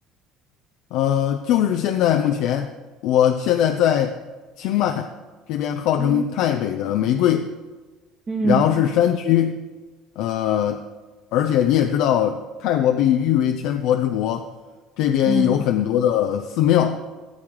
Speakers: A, on the left; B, on the right.
A: 呃，就是现在目前，我现在在清迈这边，号称泰北的玫瑰，
B: 嗯嗯
A: 然后是山区，呃，而且你也知道，泰国被誉为千佛之国，这边有很多的寺庙
B: 嗯，